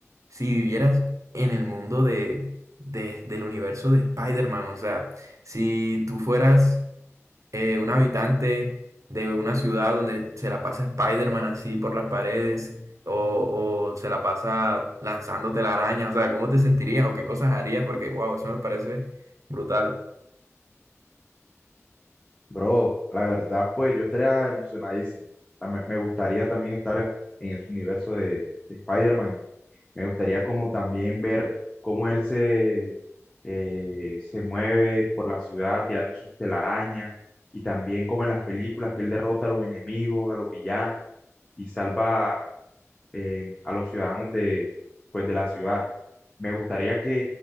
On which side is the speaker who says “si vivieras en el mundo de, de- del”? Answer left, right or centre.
Right